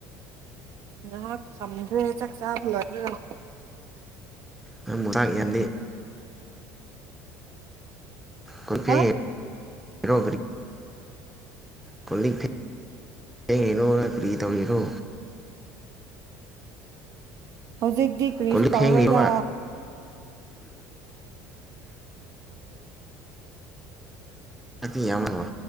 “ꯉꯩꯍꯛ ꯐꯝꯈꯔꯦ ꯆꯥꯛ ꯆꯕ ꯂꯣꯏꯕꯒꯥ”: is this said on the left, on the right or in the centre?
Right